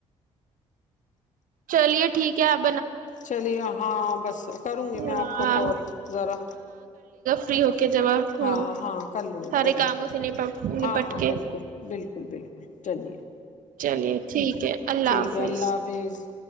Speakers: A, on the right (about 65°); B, on the left (about 55°).
A: چلیے ٹھیک ہے اب
B: چلیے ہاں بس کروں گی میں
A: ہاں
B: آپ کو کال ذرا
A: فریح <unintelligible> کے جواب ہو
B: ہاں ہاں کر لوں گی
A: سارے
B: کر لوں
A: کاموں
B: گی
A: سے ن نپٹ
B: ہاں
A: کے
B: بالکل بالکل بالکل چلیے
A: چلیے ٹھیک ہے اللہ
B: ٹھیک
A: حافظ
B: ہے اللہ حافظ